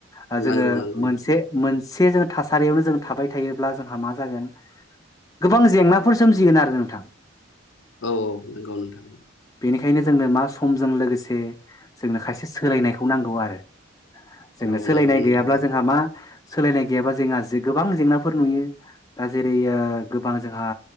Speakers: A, on the left (about 15°); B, on the left (about 65°).
A: ओ जोङो
B: नांगौ नांगौ
A: मोनसे
B: नोंथां
A: मोनसेजोंङो थासारियावनो जों थाबाय थायोब्ला जोंहा मा जागोन गोबां जेंनाफोर सोमजिगोन आरो नोंथां
B: औ औ नंगौ नोंथां
A: बेखायनो जोंनो मा समजों लोगोसे जोंनो खायसे सोलायनायखौ नांगौ आरो जोंनो
B: औ
A: सोलायनाय
B: नंगौ नोंथां
A: गैयाब्ला जोंहा मा सोलायनाय गैयाबा जोंहा गोबां जेंनाफोर नुयो दा जेरै ओ ओ गोबां जोंहा